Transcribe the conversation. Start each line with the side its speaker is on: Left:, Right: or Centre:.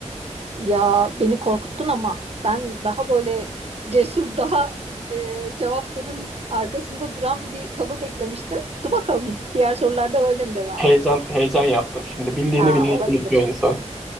Right: Ya beni korkuttun ama ben daha böyle cesur, daha e, cevapların arkasında duran bir tavır beklemiştim. Dur bakalım diğer sorularda böyle mi devam
Centre: Heyecan
Right: edecek?
Centre: heyecan yaptım şimdi. Bildiğini
Right: Aa,
Centre: bile
Right: olabilir.
Centre: unutuyor insan.